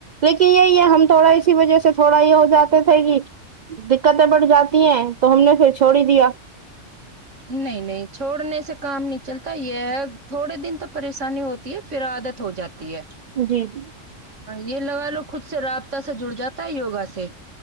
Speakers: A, on the right; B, on the right.
A: لیکن یہی ہے ہم تھوڑا اسی وجہ سے تھوڑا یہ ہو جاتے تھے کی دکتیں بڑھ جاتی ہیں تو ہم نے پھر چھوڑ ہی دیا
B: نہیں نہیں چھوڑنے سے کام نہیں چلتا یہ ہے تھوڑے دن تو پریشانی ہوتی ہے پھر عادت ہو جاتی تی ہے
A: جی جی
B: یہ لگا لو خود سے رابطہ سے جڑ جاتا ہے یوگا سے